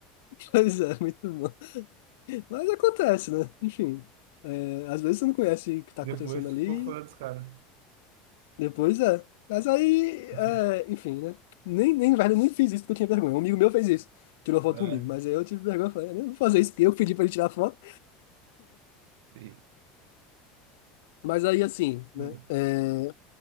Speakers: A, on the left; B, on the right.
A: Pois é, muito bom. Mas acontece, né? Enfim, é, às vezes você não conhece o que tá
B: Depois
A: acontecendo ali,
B: ficou fã dos caras.
A: Depois é. Mas aí,
B: <laughs>
A: é, enfim, né? Nem, nem, na verdade, eu nem fiz isso porque eu tinha vergonha. Um amigo meu fez isso. Tirou foto
B: É.
A: comigo. Mas aí eu tive vergonha. eu Falei, eu não vou fazer isso porque eu pedi pra ele tirar foto.
B: Sim.
A: Mas aí, assim,
B: Hum.
A: né? é,